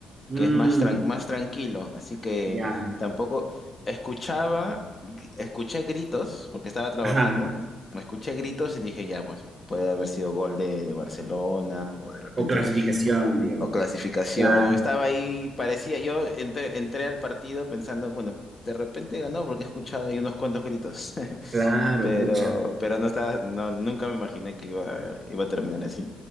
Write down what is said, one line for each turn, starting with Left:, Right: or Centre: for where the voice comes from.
Right: Mm,
Left: que es más, tran- más tranquilo, así que
Right: ya.
Left: tampoco escuchaba, gr- escuché gritos, porque estaba trabajando,
Right: Ajá.
Left: escuché gritos y dije, ya, pues puede haber sido gol de, de Barcelona o de repente,
Right: O clasificación, digamos.
Left: o clasificación,
Right: Cla-
Left: estaba ahí, parecía, yo entré, entré al partido pensando, bueno, de repente ganó porque he escuchado ahí unos cuantos gritos. <laughs>
Right: Claro,
Left: Pero,
Right: pucha.
Left: pero no estaba, no, nunca me imaginé que iba, iba a terminar así.